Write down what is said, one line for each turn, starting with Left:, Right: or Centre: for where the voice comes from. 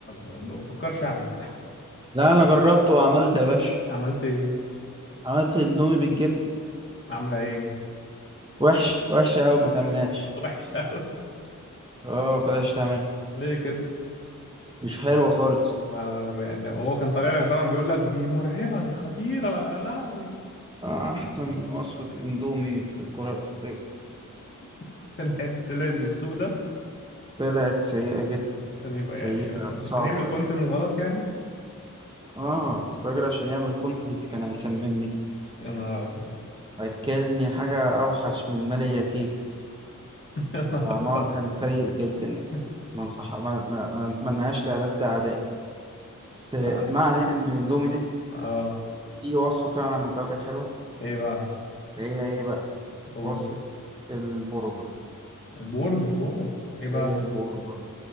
Left: ما بفكرش اعمل <laughs>
Right: لا انا جربته وعملت يا باشا
Left: عملت ايه
Right: عملت الاندومي بالجبنه
Left: عامله ايه
Right: وحش وحش قوي ما تعملهاش
Left: <laughs> وحش قوي
Right: اه بلاش تعمل
Left: ليه كده
Right: مش حلوه خالص
Left: ما يعني لو هو كان طالع لك طبعا بيقول لك دي مرعبه دي خطيره يا لهوي
Right: آه، احسن وصفه اندومي في الكره الارضيه
Left: <laughs> طلعت طلعت بالسوق ده
Right: طلعت سيئه جدا
Left: عشان يبقى
Right: سيئه
Left: يعني عشان
Right: صعبه
Left: عشان يعمل كونتنت وخلاص يعني
Right: اه الراجل عشان يعمل كونتنت كان هيسممني
Left: يا نهار ابيض <laughs>
Right: اكلني حاجة اوحش من مال اليتيم
Left: يا نهار
Right: طعمها كان سيء جدا يعني
Left: أبيض.
Right: ما انصح ما, ما, ما نتمناهاش لألد اعدائي بس
Left: <laughs> لا أنا-
Right: ما علينا من الاندومي دي
Left: اه
Right: في وصفة فعلا عملتها كانت حلوة
Left: ايه بقى
Right: هي ايه بقى
Left: قول
Right: وصفة البرجر
Left: البرجر واو ايه بقى
Right: ايه البرجر